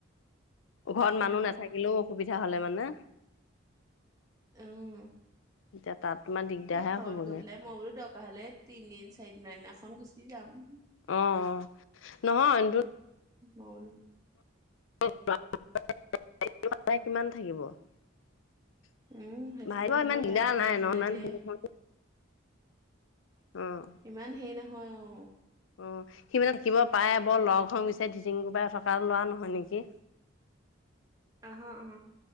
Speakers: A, on the left; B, on the right.
A: ঘৰত
B: অহ
A: মানুহ নাথাকিলেও অসুবিধা হলে মানে।
B: উম,
A: এতিয়া তাত তোমাৰ দিগদাৰহে
B: এই ঘৰত
A: হ'বগে।
B: গৈ পেলাই মই বোলো দৰকাৰ হ'লে তিনদিন চাৰিদিনৰ দিনাখন গুচি যাম।
A: অ', অ', নহয়
B: <unintelligible>
A: <unintelligible> কিমান থাকিব <unintelligible>
B: উম সেইটোতো হয়েই আজি আপোনাৰ এতিয়া
A: উম।
B: ইমান হেৰি নহয় অ'।
A: অ', সিমানে থাকিব পাৰে বৰ লগ সং বিচাৰি ধিটিং কোবাই থকা ল'ৰা নহয় নেকি?
B: আহ আহ